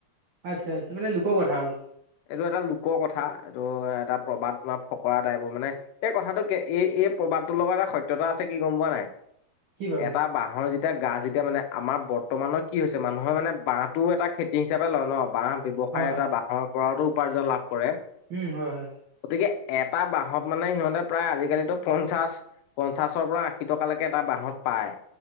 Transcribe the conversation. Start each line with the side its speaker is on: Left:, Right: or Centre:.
Right: আচ্ছা আচ্ছা মানে লোকৰ কথা আৰু।
Left: এইটো এটা লোকৰ কথা এইটো এটা প্ৰবাদ তোমাৰ ফকৰা টাইপৰ মানে এই কথাটো কে এই এই প্ৰবাদটোৰ লগত এটা সত্যতা আছে কি গম পোৱা নাই!
Right: কি বাৰু
Left: এটা বাঁহৰ যিটো এতিয়া গাছ যেতিয়া মানে আমাৰ বৰ্তমানৰ কি হৈছে মানুহে মানে বাহটোও এটা খেতি হিচাপে লয় ন বাঁহ ব্যৱসায়
Right: হয়
Left: এটা
Right: হয়
Left: বাহিৰৰ পৰাতো উপাৰ্জন লাভ কৰে।
Right: উম হয় হয়।
Left: গতিকে এটা বাঁহত মানে সিহঁতে প্ৰায় আজিকালিতো পঞ্চাশ পঞ্চাশৰ পৰা আশী টকালৈকে এটা বাঁহত পায়।